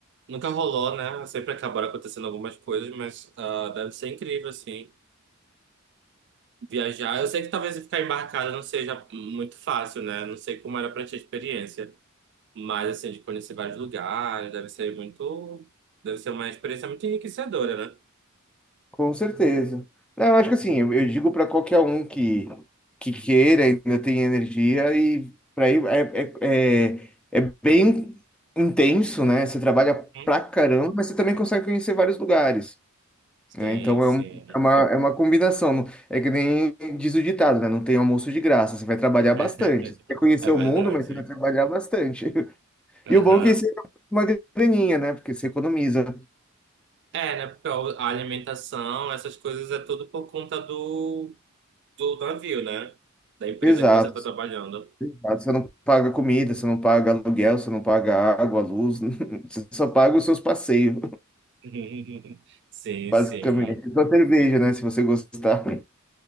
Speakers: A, on the right (about 55°); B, in the centre.
A: Nunca rolou, né? Sempre acabaram acontecendo algumas coisas, mas ah, deve ser incrível, assim. Viajar. Eu sei que talvez ficar embarcado não seja muito fácil, né? Não sei como era pra ti a experiência. Mas, assim, de conhecer vários lugares, deve ser muito. Deve ser uma experiência muito enriquecedora, né?
B: Com certeza. Não, eu acho que assim, eu, eu digo para qualquer um que, que queira, ainda tem energia, e para ir é, é, é, é bem intenso, né? Você trabalha
A: Hum?
B: pra caramba, mas você também consegue conhecer vários lugares.
A: Sim,
B: né? Então
A: sim.
B: é, um- é uma, é uma combinação. É que nem diz o ditado, né? Não tem almoço de graça, você vai trabalhar
A: <laughs>
B: bastante. Você quer conhecer
A: É
B: o
A: verdade.
B: mundo, mas você vai trabalhar bastante. <laughs>
A: Aham.
B: E o bom é que você tem uma graninha, né? Porque você economiza.
A: É, né? Porque a alimentação, essas coisas é tudo por conta do, do navio, né? Da empresa
B: Exato.
A: que você tá trabalhando.
B: Exato, Você não paga comida, você não paga aluguel, você não paga água, luz, <laughs> você só paga os seus passeios,
A: <laughs> Sim,
B: <laughs> basicamente.
A: sim,
B: Só cerveja, né? Se você gostar.